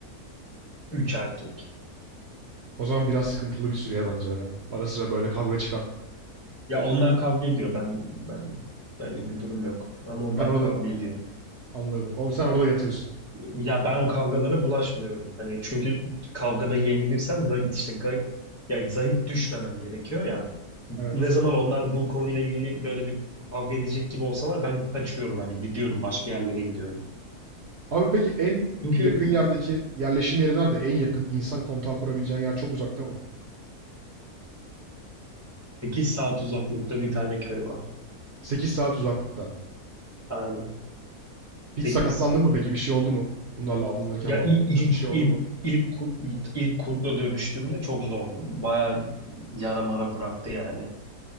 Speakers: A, on the left; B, on the right.
A: Üç erkek.
B: O zaman biraz sıkıntılı bir süreye bence ya. Ara sıra böyle kavga çıkan.
A: Ya onlar kavga ediyor. Ben ben benlik bir durum yok. Ama onlar
B: Ben orada
A: kavga ediyor.
B: anladım. Abi sen orada yatıyorsun.
A: Ya ben o kavgalara bulaşmıyorum. Hani çünkü kavgada yenilirsen za- işte ga- ya zayıf düşmemen gerekiyor ya.
B: Evet.
A: Ne zaman onlar bu konuyla ilgili böyle bir kavga edecek gibi olsalar ben kaçıyorum hani gidiyorum başka yerlere gidiyorum.
B: Abi peki en
A: Çünkü
B: yakın yerdeki yerleşim yeri nerede? En yakın insan kontağı kurabileceğin yer çok uzakta mı?
A: 8 saat uzaklıkta bir tane köy var.
B: Sekiz saat uzaklıkta.
A: Aynen.
B: Hiç
A: 8.
B: sakatlandın mı peki? Bir şey oldu mu? Bunlarla avlanırken,
A: Ya
B: avlanırken
A: il- ilk
B: bir şey oldu
A: ilk
B: mu?
A: ilk ku- ilk, ilk kurtla dövüştüğümde çok zordu. baya yara mara bıraktı yani.